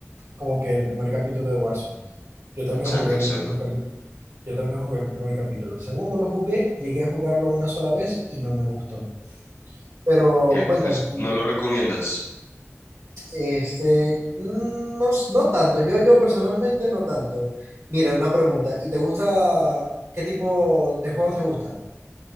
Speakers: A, on the right; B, on the left.
A: como que el primer capítulo de Warzone. Yo también
B: exacto,
A: jugué el
B: exacto,
A: primer capítulo Yo también jugué el primer capítulo. El segundo lo jugué, llegué a jugarlo una sola vez y no me gustó. Pero
B: que entonces
A: cuéntame, y,
B: no lo recomiendas.
A: este, mm, no, s- no tanto, yo, yo personalmente no tanto. Mira, una pregunta, ¿y te gusta, qué tipo de juegos te gusta?